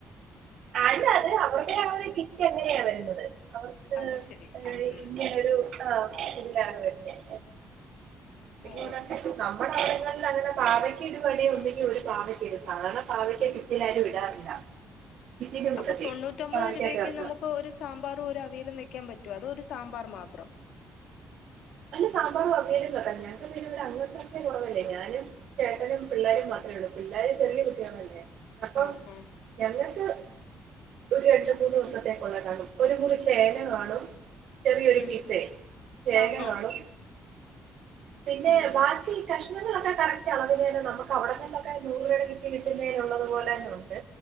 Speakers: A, on the right (about 70°); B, on the left (about 80°).
A: അല്ല അതവരുടെ ആ ഒരു കിറ്റ് അ ങ്ങനെയാ വരുന്നത് അവർക്ക്
B: അത് ശരി
A: ഏ
B: ഉം ഉം
A: ഇങ്ങനൊരു ആ ഇതി ലാണ് വരുന്നേ ഇതു
B: ഓ
A: പോലെ തന്നെ നമ്മടവിടേം ഇതല്ല അങ്ങനെ പാവക്കിതുവരെ ഒന്നുകിൽ ഒരു പാവക്ക ഒരു സാധാരണ പാവയ്ക്ക കിറ്റിലാരും ഇടാറില്ല <inaudible> കൂട്ടത്തിൽ
B: അപ്പ തൊണ്ണൂറ്റൊമ്പത്
A: പാവയ്ക്ക
B: രൂപയ്ക്ക്
A: ചേർക്കാം
B: നമുക്ക് ഒരു സാമ്പാറും ഒരു അവിയയിലും വെയ്ക്ക് യ്ക്കാൻ ൻ പറ്റും അതും ഒരു സാമ്പാർ മാത്രം
A: അതിനു സാമ്പാറും അവിയലും വെക്കാം ഞാൻ ഞങ്ങക്ക് പിന്നിവിടെ <unintelligible> കുറവല്ലേ ഞാനും ചേട്ടനും പിള്ളേരും മാത്രേ ഒള്ളൂ പിള്ളാരെ തെള്ളി വീട്ടിയോണം അല്ലേ അപ്പം
B: ആഹാ
A: ഞങ്ങക്ക് ഒരു രണ്ട് മൂന്ന് ദിവസത്തേക്കുള്ള കാണും ഒരു മുറി ചേന കാണും ചെറിയ ഒരു
B: ഉം
A: പീസേ ചേന
B: ആഹാ
A: ന കാണും പിന്നെ
B: ഉം
A: ബാക്കി കഷ്ണ പ്രനങ്ങളൊക്കെ <unintelligible> അതിലേറെ നമുക്ക് അവിടെന്നൊന്നൊക്കെ നൂറ് രൂപേടെ കിറ്റ് കിട്ടുന്നേ ഉള്ളതു പോലന്നെ ഉണ്ട്